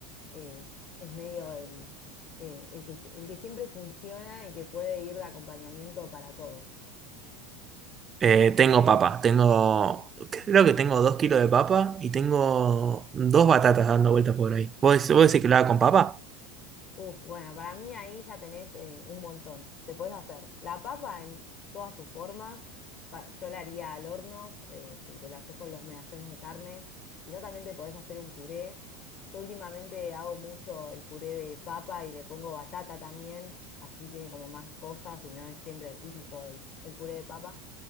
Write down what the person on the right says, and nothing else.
Eh, tengo papa, tengo, creo que tengo dos kilos de papa y tengo dos batatas dando vueltas por ahí. ¿Vos, vos decís que lo haga con papa?